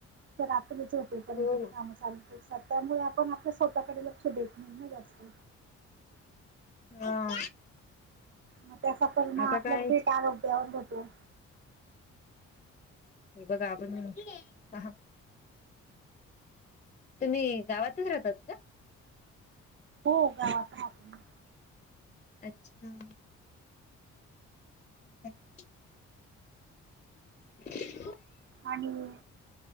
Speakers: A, on the right (about 35°); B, on the left (about 25°).
A: ते रात्री झोपेपर्यंत
B: हो
A: ते
B: ना
A: काम चालू त्यामुळे आपण आपल्या स्वतःकडे लक्ष देत नाही ना जास्त.
B: हा.
A: म त्याचा परिणाम
B: आता
A: आपल्या
B: काय
A: थेट आरोग्यावर होतो.
B: हे बघा आपण म. तुम्ही गावातच राहतात का?
A: हो गावात रा ह.
B: अच्छा. <unintelligible>
A: आणि